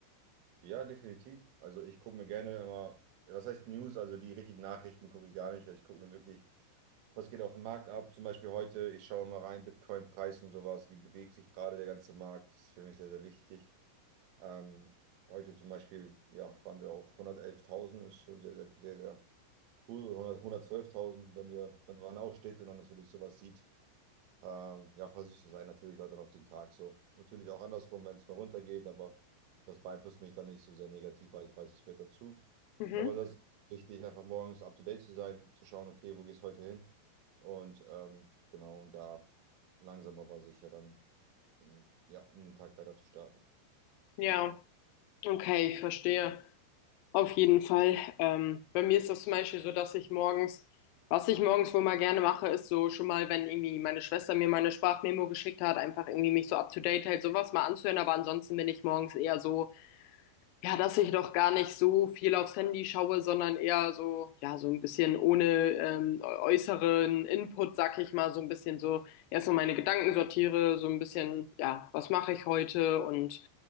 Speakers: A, on the right; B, on the left.
A: Ja, definitiv. Also ich gucke mir gerne immer, was heißt News, also die richtigen Nachrichten gucke ich gar nicht. Also Ich gucke nur wirklich, was geht auf dem Markt ab. Zum Beispiel heute, ich schaue mal rein, Bitcoin-Preis und sowas, wie bewegt sich gerade der ganze Markt. Das ist für mich sehr, sehr wichtig. Ähm, heute zum Beispiel, ja, waren wir auf 111.000, ist schon sehr, sehr, sehr, sehr cool. 100, 112.000, wenn wir, wenn man aufsteht und dann natürlich sowas sieht. Ähm, ja, voll süß zu sein, natürlich halt dann auch den Tag so. Natürlich auch andersrum, wenn es mal runtergeht, aber das beeinflusst mich dann nicht so sehr negativ, weil ich weiß, es gehört dazu.
B: Mhm.
A: Aber das ist wichtig, einfach morgens up to date zu sein, zu schauen, okay, wo geht's heute hin? Und ähm, genau, und da langsam aber sicher dann, mh, ja, um den Tag weiter zu starten.
B: Ja, okay, ich verstehe. Auf jeden Fall. Ähm, bei mir ist das zum Beispiel so, dass ich morgens, was ich morgens wohl mal gerne mache, ist so schon mal, wenn irgendwie meine Schwester mir meine Sprachmemo geschickt hat, einfach irgendwie mich so up to date hält, sowas mal anzuhören. Aber ansonsten bin ich morgens eher so, Ja, dass ich doch gar nicht so viel aufs Handy schaue, sondern eher so, ja, so ein bisschen ohne ähm, äußeren Input, sag ich mal, so ein bisschen so erstmal meine Gedanken sortiere, so ein bisschen, ja, was mache ich heute und